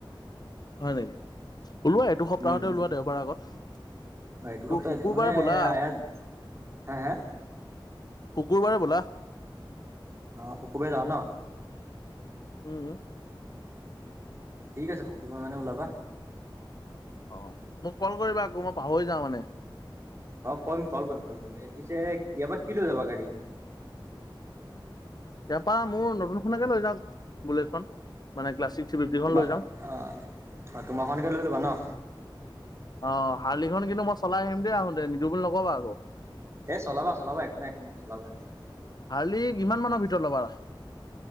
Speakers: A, on the left; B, on the right.
A: হয় নেকি ওলোৱা এইটো সপ্তাহতে
B: উম
A: ওলোৱা দেওবাৰ আগত। শু-শুকুৰবাৰে
B: এইটো সপ্তাহত মানে
A: ব'লা।
B: ইয়াত হে হে
A: শুকুৰবাৰে ব'লা।
B: অঁ শুকুৰবাৰে যাও ন।
A: উম-হুম
B: ঠিক আছে শুকুৰবাৰ মানে ওলাবা।
A: অঁ মোক কল কৰিবা আকৌ মই পাহৰি যাওঁ মানে।
B: অঁ কৰিম কল কৰিম কল কৰিম এই পিছে ইয়াৰ পৰা কি লৈ যাবা গাড়ী।
A: ইয়াৰ পৰা মোৰ নতুনখনকে লৈ যাওঁক বুলেটখন মানে ক্লাছিক। থ্ৰী ফিফটিখন
B: তোমাৰ
A: লৈ যাম
B: অ -অ তোমাকখনকে লৈ ল'বা ন
A: অ হাৰ্লিখন কিন্তু মই চলাই আহিম দেই আহোতে নিদো বুলি নকবা আকো
B: এ চলাবা -চলাবা একো নাই একো নাই চলাবা একো নাই।
A: হাৰ্লি কিমান মানৰ ভিতৰত ল'বা?